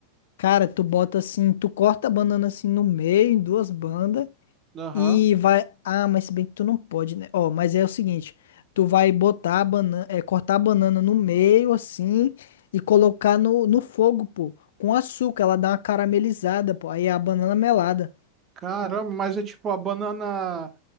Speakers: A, on the left (about 60°); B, on the right (about 25°).
A: Cara, tu bota assim, tu corta a banana assim no meio, em duas bandas
B: Aham.
A: e vai, ah, mas se bem que tu não pode, né? Ó, mas é o seguinte, tu vai botar a banana, é, cortar a banana no meio assim e colocar no, no fogo, pô, com açúcar, ela dá uma caramelizada, pô. Aí é a banana melada.
B: Caramba, mas é tipo a banana